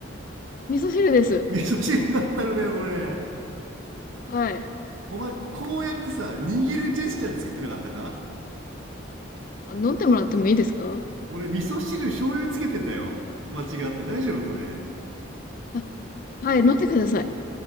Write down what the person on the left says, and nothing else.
味噌汁です。
はい。
あ飲んでもらってもいいですか
あ、はい。飲んでください。